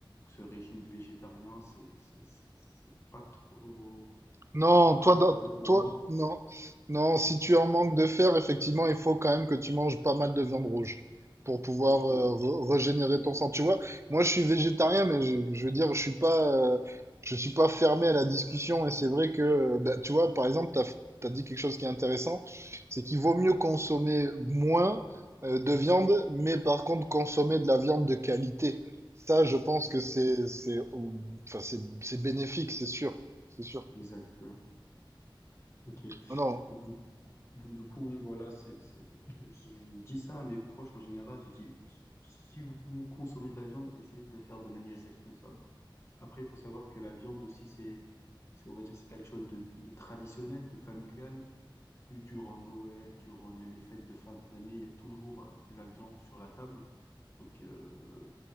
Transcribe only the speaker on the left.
Ce régime végétarien, c'est, c'est, c'est c'est pas trop.
C'est pas trop
avantageux
pour
moi.
Ok,
oui.
Mhm.
exact. ouais. Ok.
Donc du, donc, du coup, oui, voilà, c'est, c'est, je dis ça à mes proches en général. J'ai dit, si vous consommez de la viande, essayez de le faire de manière responsable. Après, il faut savoir que la viande aussi, c'est, c'est, on va dire, c'est quelque chose de, de traditionnel, de familial. Du- Durant Noël, durant les, les fêtes de fin d'année, il y a toujours euh, de la viande sur la table. Donc, euh,